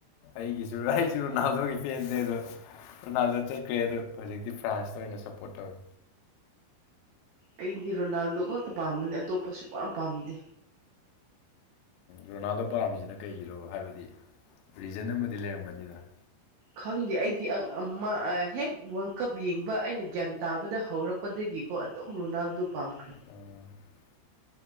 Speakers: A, on the left; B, on the right.
A: ꯑꯩꯒꯤꯁꯨ ꯑꯩꯁꯨ ꯔꯣꯅꯥꯜꯗꯣꯒꯤ ꯄꯦꯟꯗꯦ ꯑꯗꯣ ꯑꯗꯨꯅꯥꯜꯗ ꯆꯠꯈ꯭ꯔꯦ ꯑꯗꯣ ꯍꯧꯖꯤꯛꯇꯤ ꯐ꯭ꯔꯥꯟꯁꯇ ꯑꯣꯏꯅ ꯁꯞꯄꯣꯔꯠ ꯇꯧꯋꯤ
B: ꯑꯩꯗꯤ ꯔꯣꯅꯥꯜꯗꯣ ꯈꯛꯇ ꯄꯥꯝꯕꯅꯦ ꯑꯇꯣꯞꯄꯁꯨ ꯄꯥꯝ ꯄꯥꯝꯗꯦ
A: ꯔꯣꯅꯥꯜꯗꯣ ꯄꯥꯝꯃꯤꯁꯤꯅ ꯀꯩꯒꯤꯔꯣ ꯍꯥꯏꯕꯗꯤ ꯔꯤꯖꯟ ꯑꯃꯗꯤ ꯂꯩꯔꯝꯒꯅꯤꯗꯅ
B: ꯈꯪꯗꯦ ꯑꯩꯗꯤ ꯍꯦꯛ ꯋꯥꯔꯜ ꯀꯞ ꯌꯦꯡꯕ ꯑꯩꯅ ꯒ꯭ꯌꯥꯟ ꯇꯥꯕꯗ ꯍꯧꯔꯛꯄ ꯂꯄꯗꯒꯤꯀꯣ ꯑꯗꯨꯝ ꯔꯣꯅꯥꯜꯗꯣ ꯄꯥꯝꯈ꯭ꯔꯦ
A: ꯎ